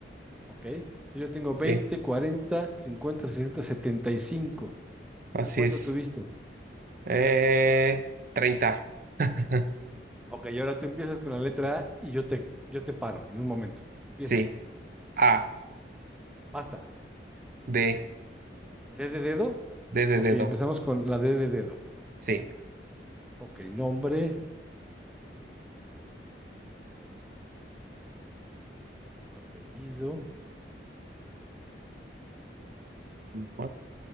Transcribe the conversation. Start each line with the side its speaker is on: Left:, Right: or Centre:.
Centre: ¿ok? Entonces yo tengo
Right: sí,
Centre: veinte cuarenta cincuenta sesenta setenta y cinco
Right: así
Centre: ¿Tú cuánto
Right: es.
Centre: tuviste?
Right: Eh, treinta, <laughs>
Centre: Ok, y ahora tú empiezas con la letra A y yo te, yo te paro en un momento. Empiezas.
Right: sí, A,
Centre: Basta.
Right: D,
Centre: ¿D de dedo?
Right: D de
Centre: Ok,
Right: dedo,
Centre: empezamos con la D de dedo.
Right: sí.
Centre: Ok, nombre, apellido,
Right: Bueno,